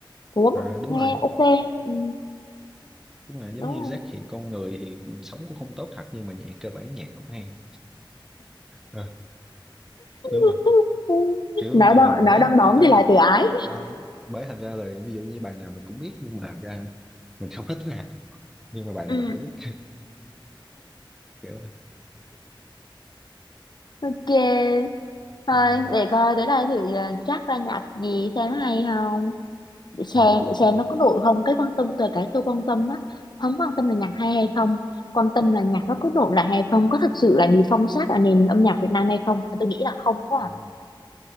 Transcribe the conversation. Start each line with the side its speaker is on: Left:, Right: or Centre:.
Left: cuốn
Centre: à, đúng
Left: nghe
Centre: rồi
Left: ok ừ,
Centre: đúng rồi giống
Left: đúng
Centre: như
Left: rồi
Centre: Jack thì con người thì sống cũng không tốt thật nhưng mà nhạc cơ bản nhạc cũng hay à, đúng rồi
Left: <laughs>
Centre: kiểu
Left: nói
Centre: như
Left: đom
Centre: mình
Left: nói
Centre: ấy
Left: đom
Centre: bởi
Left: đóm
Centre: bởi
Left: thì lại
Centre: hình
Left: tự ái
Centre: không bởi thành ra là ví dụ như bài nào mình cũng biết nhưng mà thật ra mình không thích rap nhưng mà bài
Left: ừ
Centre: nào mình cũng biết <laughs> kiểu thôi
Left: ok thôi
Centre: yeah.
Left: để coi tới đây thử uh, Jack ra nhạc gì xem hay không Sàn xem
Centre: ừ,
Left: để
Centre: có
Left: xem
Centre: gì
Left: nó có nổi không cái quan tâm từ cái tôi quan tâm á không quan tâm là nhạc
Centre: à,
Left: hay hay không quan tâm là nhạc
Centre: ừ.
Left: nó có nổi lại hay không có thực sự là bị phong sát ở nền âm nhạc Việt Nam hay không tôi nghĩ là không quá à.
Centre: ừ.